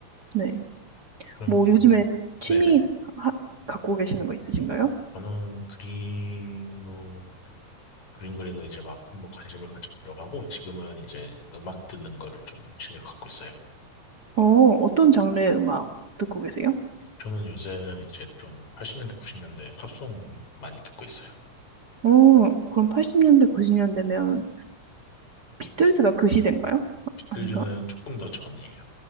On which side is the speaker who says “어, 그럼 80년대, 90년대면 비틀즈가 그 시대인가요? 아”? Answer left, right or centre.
Right